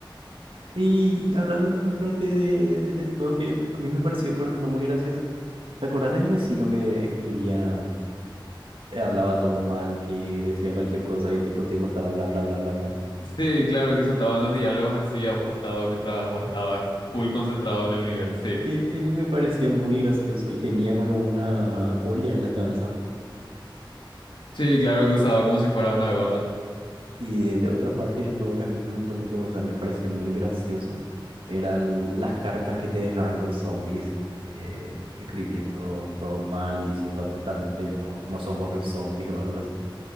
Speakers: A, on the right; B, on the left.
A: Y hablando en otra parte de- del juego que a mí me pareció, por ejemplo, muy graciosa, ¿te acordás del vecino que escribía? eh, hablaba todo mal, que decía cualquier cosa y el tipo, tipo estaba bla, bla, bla, bla, bla.
B: Sí, claro que soltaban los diálogos así a un costado mientras vos estabas full concentrado en el nivel, sí.
A: Eh, Él me parecía muy gracioso y tenía como una olla en la cabeza.
B: Sí, claro que usaba como si fuera una gorra.
A: Y de, de otra parte del juego que a mí me gustó mucho, o sea, me pareció muy gracioso, eran las cartas que te dejaban los zombies. eh, escribiendo todo mal y diciendo atentamente no, no somos los zombies o algo así.